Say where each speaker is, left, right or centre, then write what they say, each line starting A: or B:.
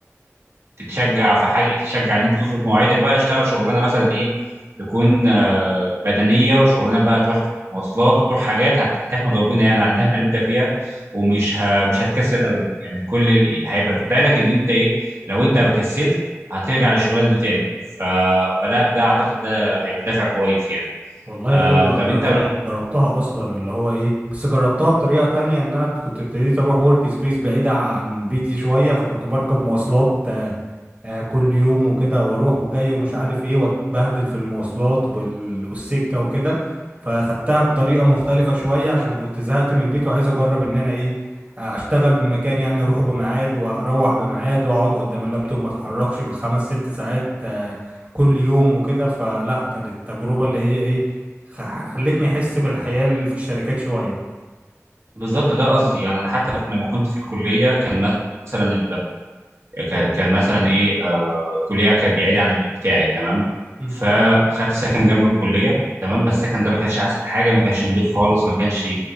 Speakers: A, on the right (about 55°); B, on the right (about 30°).
A: تتشجع في حاجه تتشجع ان انت تظبط مواعيدك بقى اشتغل شغلانه مثلا ايه تكون آه، بدنيه وشغلانه بقى تروح مواصلات وتروح حاجات هت- هتحمد ربنا يعني على النعمه اللي انت فيها ومش ه... مش هتكسل ابدا يعني كل هيبقى في بالك ان انت ايه لو انت كسلت هترجع للشغلانه دي تاني ف... فده ده اعتقد ده هيبقى دافع كويس يعني
B: والله
A: آه
B: ايوه
A: طب
B: جربت
A: انت
B: جربتها اصلا اللي هو ايه بس جربتها بطريقة تانية ان انا كنت ابتديت اروح ورك سبيس بعيدة عن بيتي شوية فكنت بركب مواصلات آه، كل يوم وكده واروح وجاي ومش عارف ايه واتبهدل في المواصلات وال... والسكة وكده فاخدتها بطريقة مختلفة شوية عشان كنت زهقت من البيت وعايز اجرب ان انا ايه آه، اشتغل من مكان يعني اروحه بميعاد واروح بميعاد واقعد قدام اللابتوب ما اتحركش بالخمس ست ساعات آه، كل يوم وكده فلا كانت التجربة اللي هي ايه خ- خلتني احس بالحياة اللي في الشركات شوية
A: بالظبط ده قصدي يعني انا حتى لما كنت في الكليه كان مثلا كان كان مثلا ايه آه كليه كانت بعيده عن البيت بتاعي تمام
B: مم.
A: فخدت سكن جنب الكليه تمام بس السكن ده ما كانش احسن حاجه ما كانش نضيف خالص ما كانش